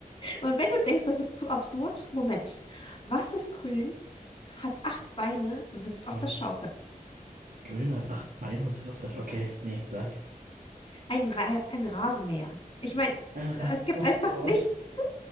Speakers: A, on the left (about 35°); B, on the right (about 70°).
A: Und wenn du denkst, das ist zu absurd, Moment. Was ist grün, hat acht Beine und sitzt
B: Grün.
A: auf der Schaukel?
B: Grün hat acht Beine und ist auf der. Sch okay, nee, sag.
A: Ein, Ra ein Rasenmäher. Ich meine,
B: Ein
A: es
B: Ra.
A: äh, gibt
B: Oh
A: einfach
B: Gott.
A: nichts.